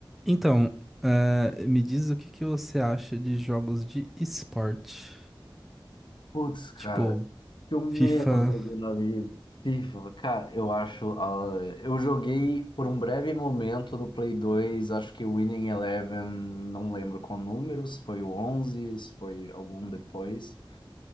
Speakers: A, in the centre; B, on the left.
A: Então, eh, me diz o que que você acha de jogos de esporte,
B: Putz, cara,
A: tipo
B: que eu menos
A: FIFA.
B: joguei na vida. FIFA, cara, eu acho. ah, eu joguei por um breve momento no Play 2, acho que o Winning Eleven, não lembro qual número, se foi o 11, se foi algum depois.